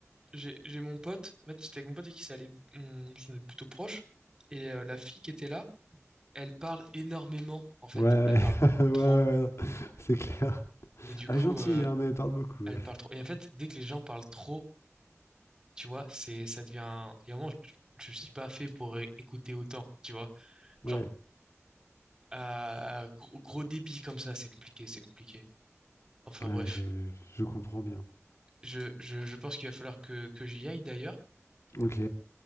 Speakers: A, on the right (about 15°); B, on the left (about 65°).
A: j'ai j'ai mon pote, en fait, c'était mon pote et qui s'est allé, on, on est plutôt proche, et euh, la fille qui était là, elle parle énormément, en fait,
B: Ouais, ouais,
A: elle parle
B: <laughs> ouais, ouais,
A: trop.
B: ouais, c'est clair.
A: Et du
B: Ah,
A: coup,
B: gentil,
A: euh,
B: hein, mais parle beaucoup.
A: elle
B: Ouais,
A: parle trop. Et en fait, dès que les gens parlent trop, tu vois, c'est, ça devient. Il y a un moment, je, je suis pas fait pour é- écouter autant, tu vois. Genre,
B: Ouais,
A: à gros, gros débit comme ça, c'est compliqué, c'est compliqué. Enfin
B: ouais,
A: bref,
B: je, je comprends bien.
A: je, je, je pense qu'il va falloir que, que j'y aille d'ailleurs,
B: Ok,